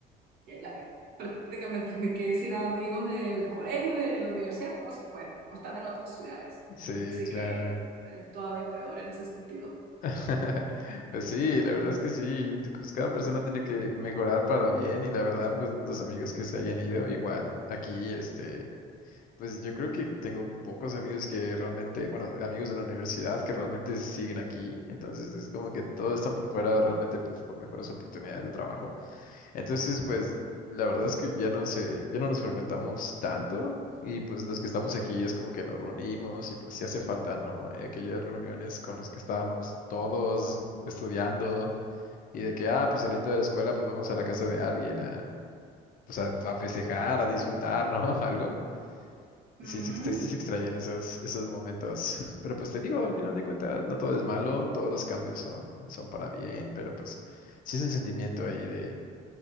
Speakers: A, on the right; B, on the left.
A: Eh, la- prácticamente me quedé sin amigos del colegio, de la universidad, todos se fueron o están en otras ciudades.
B: <laughs> sí,
A: Así
B: claro.
A: que eh, todavía peor en ese sentido.
B: <laughs> Pues sí, la verdad es que sí, t- pues cada persona tiene que mejorar para bien y la verdad, pues los amigos que se hayan ido, igual aquí, este, pues yo creo que tengo pocos amigos que realmente, bueno, amigos de la universidad que realmente siguen aquí, entonces es como que todos están por fuera realmente, pues por mejores oportunidades de trabajo. Entonces, pues la verdad es que ya no se, ya no nos frecuentamos tanto y pues los que estamos aquí es como que nos reunimos y pues sí hace falta, ¿no? Aquellas reuniones con las que estábamos todos estudiando y de que, ah, pues saliendo de la escuela, pues vamos a la casa de alguien a, pues a, a festejar, a disfrutar, ¿no? <laughs> Algo.
A: Ujú,
B: Sí se, extra- sí se extrañan esos, esos momentos, pero pues te digo, al final de cuentas, no todo es malo, todos los cambios son, son para bien, pero pues sí es un sentimiento ahí de